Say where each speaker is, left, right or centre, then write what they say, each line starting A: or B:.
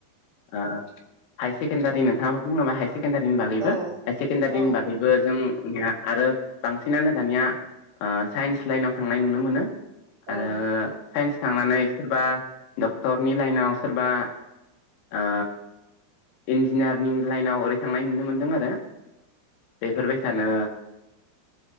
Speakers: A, on the left; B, on the right.
A: ओ हाय सेकेण्डारि नोंथांङाबो बुंलांबाय हाइसेके सेकेणडारिनि बागैबो
B: औ
A: हाय सेकेण्डारिनि
B: औ
A: बागैबो जों निया आरो बांसिनानो दानिया ओ साइन्स लाइनाव थांनाय नुनो मोनो। आरो
B: औ।
A: साइन्स थांनानै सोरबा डक्टरनि लाइनाव सोरबा ओ इन्जिनियारिं लाइनाव ओरै थांनाय नुनो मोनदों आरो। बेफोरबाय सानो